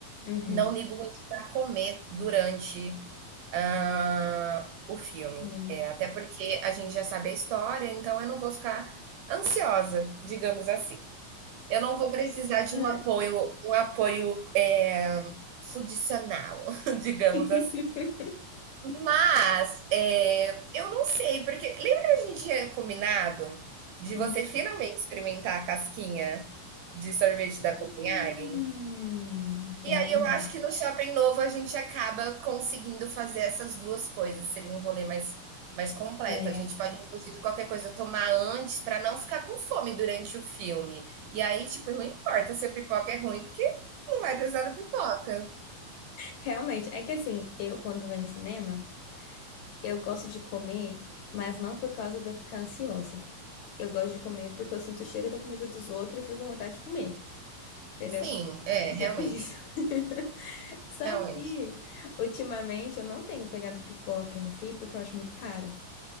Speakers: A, on the left; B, on the right.
A: Uhum.
B: não ligo muito para comer durante, hã, o filme.
A: Filme.
B: É, até porque a gente já sabe a história, então eu não vou ficar ansiosa, digamos assim. Eu não vou precisar de
A: É.
B: um apoio um apoio, eh, fundicional, <laughs> digamos
A: <laughs>
B: assim. Mas, eh, eu não sei, porque lembra que a gente tinha combinado de
A: Hum.
B: você finalmente experimentar a casquinha de sorvete da Copenhagen?
A: Hum.
B: E
A: Realmente.
B: aí eu acho que no shopping novo a gente acaba conseguindo fazer essas 2 coisas, seria um rolê mais mais completo.
A: É.
B: A gente pode inclusive qualquer coisa tomar antes para não ficar com fome durante o filme. E aí, tipo, não importa se a pipoca é ruim, porque não vai precisar da pipoca.
A: Realmente, é que assim, eu quando vou em cinema, eu gosto de comer, mas não por causa de eu ficar ansiosa. Eu gosto de comer porque eu sinto o cheiro da comida dos outros e fico com vontade de comer, entendeu?
B: Sim, é,
A: É
B: realmente,
A: tipo isso. <laughs> Só
B: realmente.
A: que, ultimamente, eu não tenho pegado pipoca em si porque eu acho muito caro.